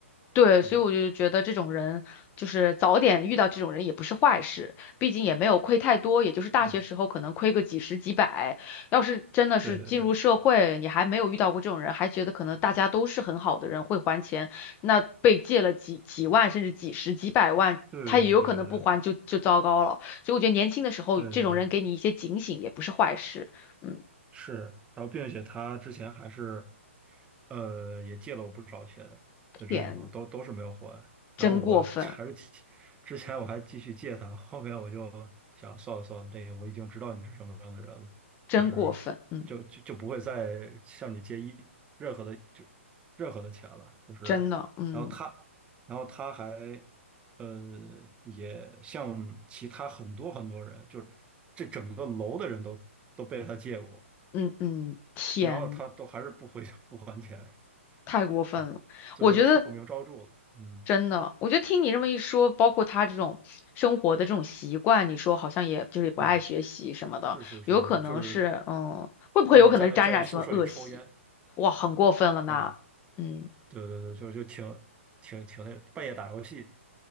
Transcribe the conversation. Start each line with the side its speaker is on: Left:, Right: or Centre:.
Left: 对，
Right: 嗯
Left: 所以我就觉得这种人，就是早点遇到这种人也不是坏事，毕竟也没有亏太多，也就是大学时候可能亏个几十几百。
Right: 嗯，
Left: 要是真的是进入社会，
Right: 对对对
Left: 你还没有遇到过这种人，还觉得可能大家都是很好的人，会还钱，那被借了几几万甚至几十几百万，
Right: 对对对对对
Left: 他也有可能不还就就糟糕了。所以我觉得年轻的时候，
Right: 对对对
Left: 这种人给你一些警醒也不是坏事。嗯，
Right: 是，然后并且他之前还是，呃，也借了我不少钱的这种，
Left: 天，
Right: 都都是没有还。
Left: 真过分，
Right: 然后我 <laughs> 还是继之前我还继续借他，后面我就想算了算了，这个我已经知道你是什么样的人了，
Left: 真过分，
Right: 就是就就就不会再向你借一任何的就
Left: 嗯，
Right: 任何的钱了。就是，
Left: 真的，嗯。
Right: 然后他，然后他还。呃，也向其他很多很多人，就是这整个楼的人都都被他借过，
Left: 嗯嗯，天
Right: 然后他都还是不回 <laughs> 不还钱，
Left: 太过分了，
Right: <laughs> 就都臭名昭著了。
Left: 我觉得
Right: 嗯
Left: 真的，我觉得听你这么一说，包括他这种生活的这种习惯，你说好像也就是不爱学习什么的，
Right: 嗯，是是是是，
Left: 有可能是，
Right: 就是
Left: 嗯，会不会有可能是沾染什么恶习？
Right: 嗯、呃在在宿舍里抽烟
Left: 哇，很过分了呢，
Right: 啊，
Left: 嗯。
Right: 对对对，就就挺挺挺那半夜打游戏，